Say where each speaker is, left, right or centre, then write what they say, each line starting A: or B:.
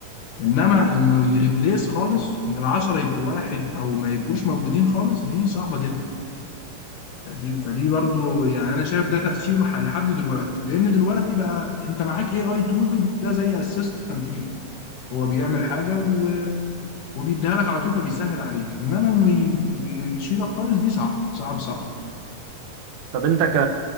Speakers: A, on the left; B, on the right.
A: انما انه يريبليس خالص ان العشرة يبقوا واحد او ما يبقوش موجودين خالص دي صعبة جدا دي فدي برضو يعني انا شايف ده تأثيره ح- لحد دلوقتي لان دلوقتي بقى انت معاك اي اي تول ده زي اسيستنت ليك هو بيعمل حاجة و- وبيديها لك على طول فبيسهل عليك انما انه ي- يشيلك خالص دي صعب صعب صعب يعني
B: طب انت ك